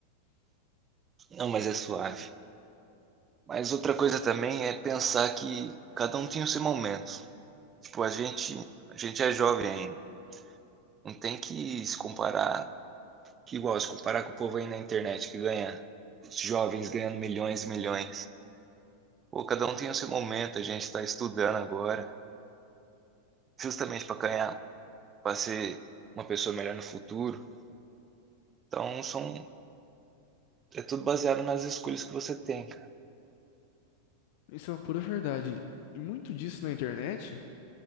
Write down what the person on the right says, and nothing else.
não, mas é suave. Mas outra coisa também é pensar que cada um tem o seu momento. Tipo, a gente, a gente é jovem ainda. Não tem que se comparar, que igual se comparar com o povo aí na internet que ganha jovens ganhando milhões e milhões. Pô, cada um tem o seu momento, a gente está estudando agora, justamente para ganhar para ser uma pessoa melhor no futuro. Então, são, é tudo baseado nas escolhas que você tem, cara.